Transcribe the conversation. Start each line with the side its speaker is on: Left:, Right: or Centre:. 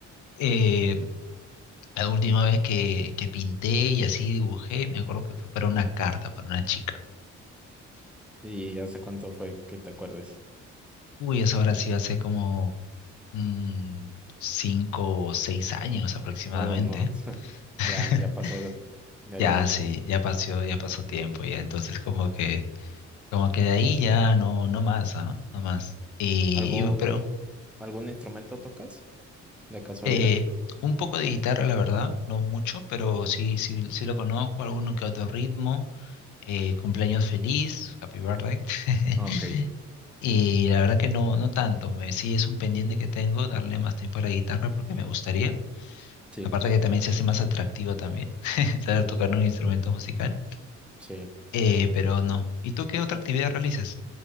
Left: Eh, la última vez que, que pinté y así dibujé, me acuerdo que fue para una carta, para una chica.
Centre: ¿Y hace cuánto fue que te acuerdes?
Left: Uy, eso ahora sí hace como, mm, cinco o seis años Sí. aproximadamente.
Centre: Oh, no. <laughs>
Left: <laughs>
Centre: Ya, ya pasó, de- ya
Left: Ya
Centre: llovió.
Left: sí, ya pasó, ya pasó tiempo ya. Entonces como que, como que de ahí ya no, no más, ¿ah? No más. Y,
Centre: ¿Algún,
Left: y- pero
Centre: algún instrumento tocas de casualidad?
Left: eh, un poco de guitarra, la verdad, no mucho, pero sí, sí, sí lo conozco, alguno que otro ritmo, eh, cumpleaños feliz, happy birthday. <laughs>
Centre: Ok,
Left: Y la verdad que no, no tanto. Me, sí es un pendiente que tengo, darle más tiempo a la guitarra porque me gustaría.
Centre: sí,
Left: Aparte que también se hace más atractivo también <laughs> saber tocar un instrumento musical.
Centre: sí.
Left: Eh, pero no. ¿Y tú qué otra actividad realizas?